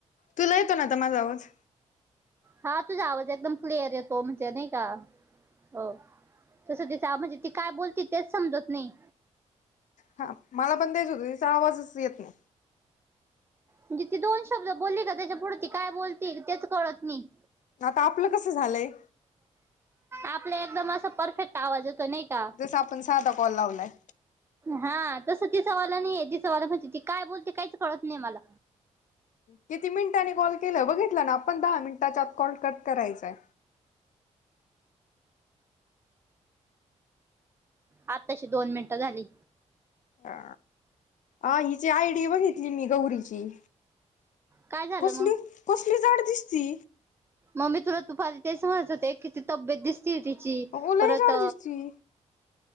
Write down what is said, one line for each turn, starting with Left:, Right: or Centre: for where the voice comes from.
Left: तुला येतो ना आ माझा आवाज
Right: हा तुझा आवाज एकदम क्लिअर येतो म्हणजे नाही का हो, तसं तिस म्हणजे ती काय बोलते तेच समजत नाही.
Left: हा मला पण द्यायच होतं त्याचा आवाजच येत नाही.
Right: म्हणजे ती दोन शब्द बोलली का त्याच्या पुुढती काय बोलतील तेच कळत नाही.
Left: आता आपलं कसं झालंय
Right: आपला एकदम अस परफेक्ट आवाज यतो नाही. का
Left: जस आपण साधा कॉल लावलाय.
Right: हा तसं तिचावाला नाहीय तिचावाला म्हणजे ती काय बोलते काहीच कळत नाही मला.
Left: किती मिनिटांनी कॉल केलं बघितलं ना आपण दहा मिनिटाच्या आत कॉल कट करायचाय.
Right: आता तशी दोन मिनिटं झाली.
Left: अ अ हिची आयडीिया बघितली मी गौरीची
Right: काय झालं
Left: कसली
Right: मग
Left: कसली झाड दिसती.
Right: मम्मी तुला तू फली तेच म्हणात होते किती तब्येत दिसती तिची
Left: ओलाही
Right: परत
Left: जाड दिसती